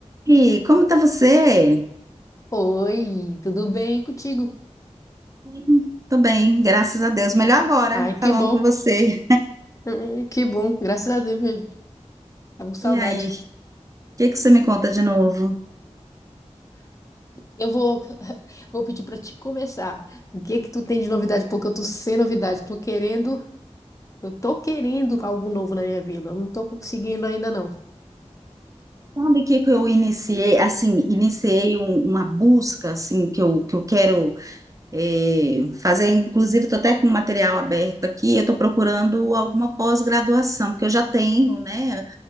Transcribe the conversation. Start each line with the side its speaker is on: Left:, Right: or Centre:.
Right: E como tá você?
Left: Oi, tudo bem contigo?
Right: Hum, Tô bem, graças a Deus. Melhor agora,
Left: Ai, que
Right: falando
Left: bom.
Right: com você.
Left: Hum, Que bom, graças a Deus mesmo. Tava com saudade.
Right: E aí, o que que você me conta de novo?
Left: Eu vou, <laughs> vou pedir pra te começar. O que que tu tem de novidade? Porque eu tô sem novidade. Tô querendo, eu tô querendo algo novo na minha vida. Eu não tô conseguindo ainda não.
Right: Sabe o que que eu iniciei, assim, iniciei um- uma busca, assim, que eu, que eu quero eh, fazer, inclusive estou até com o material aberto aqui, eu estou procurando alguma pós-graduação, porque eu já tenho, né?